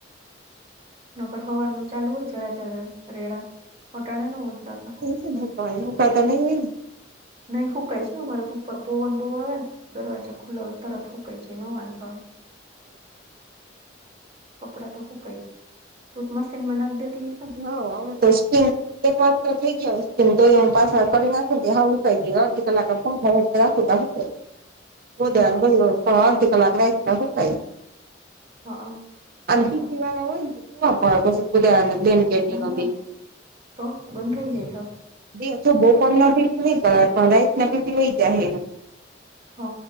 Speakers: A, on the right (about 30°); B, on the right (about 50°).
A: નકર હવાર ન ચાલુ હોય જરા જરા રેડા અટાણે ન હોય <unintelligible>
B: કપડાં સુકાતા નઈ હોય ને?
A: નઈ હુકાય છે હો અમારે તો ઉપર પવન બહુ આવે ને. દરવાજા ખુલ્લા હોય તરત ફૂકાઈ જાય ન વાંધો આવે.
B: <inaudible>
A: કપડા તો હુકાય જાય તું તો મશીનમાં નાખી દેતી હેયસ ને?
B: હા તો <unintelligible> એક વાર તો થી ગયા તો થઈ ગયા તો એું પાછા કરી નાખ હા હું કઈ ગ અડધ કલાક પણ રાખું ત હ બધ
A: હા
B: બધ અર્ધ કલાક રા એક ખાય
A: હા સારું
B: <unintelligible> અને
A: તો
B: કવા ના હોય <unintelligible>
A: હા
B: એમાં બેય
A: તો બંધ થઇ જઈ હવે
B: દ તો બહ પણ ન પી ભલાઈ ન પીય જાય <unintelligible>
A: હ